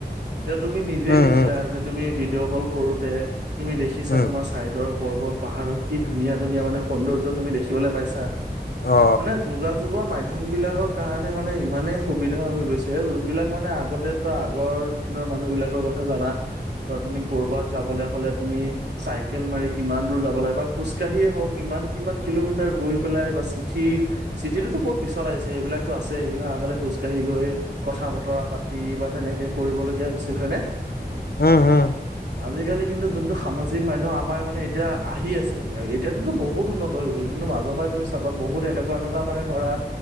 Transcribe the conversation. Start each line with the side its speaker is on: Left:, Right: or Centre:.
Right: এতি তুমি নিজেই
Left: উম
Right: দেখিলা
Left: উম
Right: যে তুমি ভিডিঅ' কল কৰোতে তুমি দেখিছা
Left: উম
Right: তোমাৰ চাইডৰ। পৰ্বত পাহাৰত কি ধুনীয়া ধুনীয়া মানে সৌন্দৰ্য তুমি দেখিবলৈ পাইছা
Left: অ
Right: মানে যোগা। সং যুগৰ মাধ্যম বিলাকৰ কাৰণে মানে ইমানেই সুবিধা হৈ গৈছে যোনবিলাক মানে আগতে থ আগৰ। মানুহ বিলাকৰ কথা জানা তুমি কৰবাত যাবলে হলে তুমি চাকেল মাৰি। ইমান দূৰ যাব লাগে বা খোজকাঢ়িয়ে হওক ইমান কিমান কিলোমিটাৰ। গৈ পেলাই বা চিঠি চিঠিত তো বহুত পিছত আহিছে সেইবিলাকতো আছে এইবিলাক আগতে খোজ কঢি গৈ। কথা বতৰা পাতি বা তেনেকে কৰিবলগীয়া হৈছিল হয়নে।
Left: উম উম।
Right: আজিকালি কিন্তু যোনটো সামাজিক মাধ্যম আমাৰ মানে এতিয়া আহি আছে এতিয়াততো বহুত উন্নত হৈ গ'ল। কিন্তু মাজৰ পৰাই তুমি চাবা বহুত এনেকুৱা এনেকুৱা মানে ধৰা